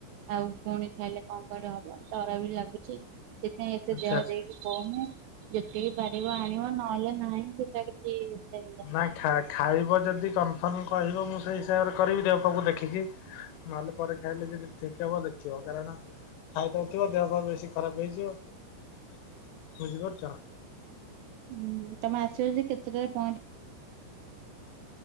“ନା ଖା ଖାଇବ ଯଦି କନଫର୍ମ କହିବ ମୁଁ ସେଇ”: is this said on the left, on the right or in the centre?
Left